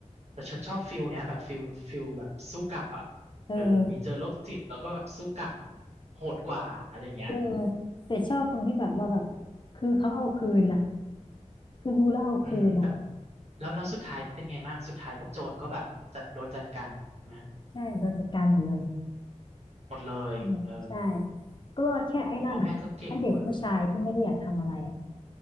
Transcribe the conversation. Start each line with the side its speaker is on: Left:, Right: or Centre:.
Right: แต่ฉันชอบฟิลเนี้ยแบบฟิลฟิลแบบสู้กลับอ่ะเออมีเจอโรคจิตแล้วก็แบบสู้กลับ
Left: เออ
Right: โหดกว่าอะไรเงี้ย
Left: เออแต่ชอบตรงที่แบบว่าแบบคือเขาเอาคืนน่ะคือรู้แล้วเอาคืนน่ะ
Right: อืมแต่แล้วแล้วสุดท้ายเป็นไงบ้างสุดท้ายพวกโจรก็แบบจัดโดนจัดการไหม
Left: ใช่โดนจัดการหมดเลย
Right: หมดเลยเออ
Left: เนี่ยใช่ก็รอดแค่ไอ้นั่นอ่ะไอ้เด็กผู้ชายที่ไม่ได้อยากทำอะไรอ่ะ
Right: ไอพ่อแม่ก็เก่งว่ะ